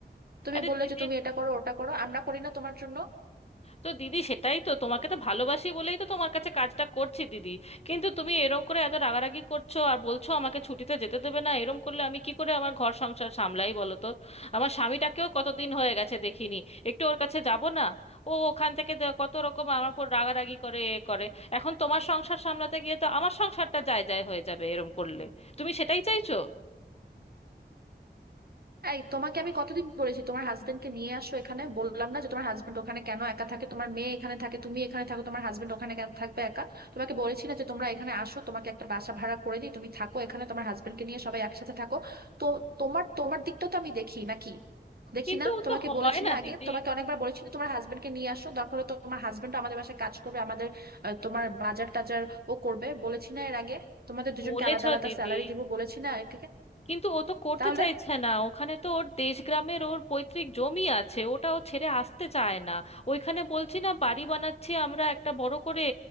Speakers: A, on the right (about 60°); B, on the left (about 35°).
A: তুমি
B: আরে
A: বললে
B: দিদি
A: যে তুমি এটা করো ওটা করো আমরা করি না তোমার জন্য
B: তো দিদি সেটাই তো তোমাকে তো ভালোবাসি বলেই তো তোমার কাছে কাজটা করছি দিদি কিন্তু তুমি এরম করে এত রাগারাগি করছো আর বলছো আমাকে ছুটিতে যেতে দেবে না এরম করলে আমি কি করে আমার ঘর সংসার সামলাই বলো তো আমার স্বামীটাকেও কতদিন হয়ে গেছে দেখিনি একটু ওর কাছে যাব না ও ওখান থেকে দে- কত রকম আমার উপর রাগারাগি করে এ করে এখন তোমার সংসার সামলাতে গিয়ে তো আমার সংসারটা যায় যায় হয়ে যাবে এরম করলে তুমি সেটাই চাইছো
A: এই তোমাকে আমি কতদিন বলেছি তোমার হাজবেন্ডকে নিয়ে আসো এখানে বললাম না যে তোমার হাজবেন্ড ওখানে কেন একা থাকে তোমার মেয়ে এখানে থাকে তুমি এখানে থাকো তোমার হাজবেন্ড ওখানে কেন থাকবে একা তোমাকে বলেছি না যে তোমরা এখানে আসো তোমাকে একটা বাসা ভাড়া করে দিই তুমি থাকো এখানে তোমার হাজবেন্ডকে নিয়ে সবাই একসাথে থাকো তো তোমার তোমার দিকটা তো আমি দেখি নাকি দেখি
B: কিন্তু
A: না
B: ও
A: তোমাকে
B: তো হয়
A: বলেছি
B: না
A: না আগে
B: দিদি
A: তোমাকে অনেকবার বলেছি না তোমার হাজবেন্ডকে নিয়ে আসো দরকার হলে তোমার হাজবেন্ড আমাদের বাসায় কাজ করবে আমাদের আহ, তোমার বাজার টাজার ও করবে বলেছি না এর আগে তোমাদের দুজনকে
B: বলেছো
A: আলাদা আলাদা
B: দিদি
A: স্যালারি দিব বলেছি না একে?
B: কিন্তু ও তো করতে
A: তাহলে
B: চাইছে না ওখানে তো ওর দেশগ্রামের ওর পৈতৃক জমি আছে ওটা ও ছেড়ে আসতে চায় না ওইখানে বলছি না বাড়ি বানাচ্ছি আমরা একটা বড় করে